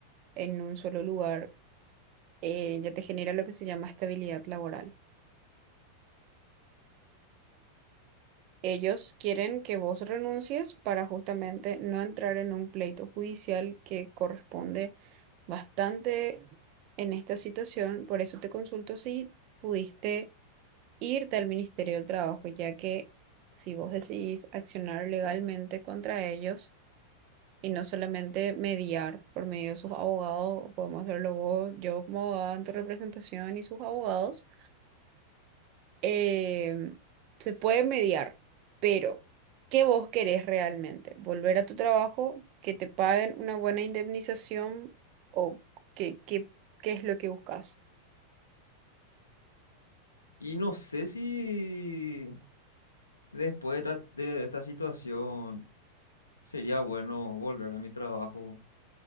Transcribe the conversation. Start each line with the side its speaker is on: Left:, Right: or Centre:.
Right: en un solo lugar, eh, ya te genera lo que se llama estabilidad laboral. Ellos quieren que vos renuncies para justamente no entrar en un pleito judicial que corresponde bastante en esta situación. Por eso te consulto si pudiste irte al Ministerio del Trabajo, ya que si vos decidís accionar legalmente contra ellos y no solamente mediar por medio de sus abogados, podemos hacerlo vos, yo como abogada en tu representación y sus abogados eh, se puede mediar, pero ¿qué vos querés realmente? ¿Volver a tu trabajo? ¿Que te paguen una buena indemnización? ¿O qué, qué, qué es lo que buscas?
Left: Y no sé si después de esta, de esta situación sería bueno volver a mi trabajo